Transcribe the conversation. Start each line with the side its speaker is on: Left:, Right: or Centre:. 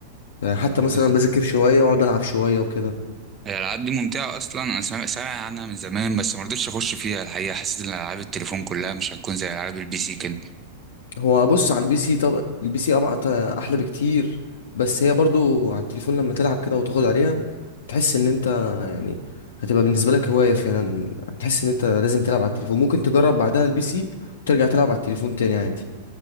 Left: يعني حتى مثلا
Right: بس
Left: بذاكر شويه واقعد العب شويه وكده
Right: هي الالعاب دي ممتعه اصلا انا سامع سامع عنها من زمان بس ما رضيتش اخش فيها الحقيقه حسيت ان العاب التليفون كلها مش هتكون زي العاب البي سي كده
Left: هو بص على البي سي طب البي سي ابعت احلى بكتير بس هي برضو على التليفون لما تلعب كده وتاخد عليها تحس ان انت يعني هتبقى بالنسبه لك هوايه فعلا هتحس ان انت لازم تلعب على التليفون ممكن تجرب بعدها البي سي وترجع تلعب على التليفون تاني عادي